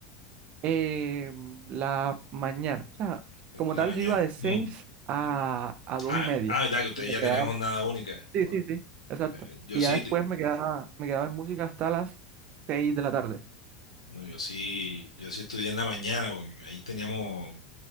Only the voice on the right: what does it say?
Eh, la mañana. O sea,
como tal,
yo iba de 6
a, a 2
y media.
Y me
quedaba.
Sí,
sí, sí. Exacto.
Y
ya después
me quedaba, me quedaba en música hasta las seis de la tarde.